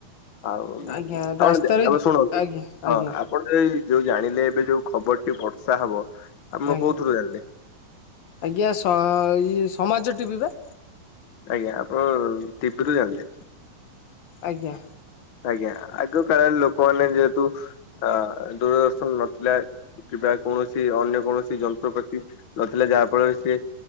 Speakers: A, on the left; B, on the left.
A: ଆଉ
B: ଆଜ୍ଞା
A: ଆପଣ
B: ରାସ୍ତାରେ
A: ତାପରେ ଶୁଣନ୍ତୁ
B: ଆଜ୍ଞା ଆଜ୍ଞା
A: ହଁ ଆପ ଆପଣ ଏ ଯୋଉ ଜାଣିଲେ ଏବେ ଯୋଉ ଖବରଟି ବର୍ଷା ହବ ଆପଣ
B: ଆଜ୍ଞା
A: କୋଉଥିରୁ ଜାଣିଲେ?
B: ଆଜ୍ଞା ସ ଇ ସମାଜ ଟିଭିିି ବା।
A: ଆଜ୍ଞା ଆପଣ ଟିବି ରୁ ଜାଣିଲେ?
B: ଆଜ୍ଞା।
A: ଆଜ୍ଞା ଆଗ କାଳରେ ଲୋକମାନେ ଯେହେତୁ ଅ ଦୂରଦର୍ଶନ ନଥିଲା କିମ୍ବା କୌଣସି ଅନ୍ୟ କୌଣସି ଯନ୍ତ୍ରପାତି ନଥିଲା ଯାହା ଫଳରେ ସିଏ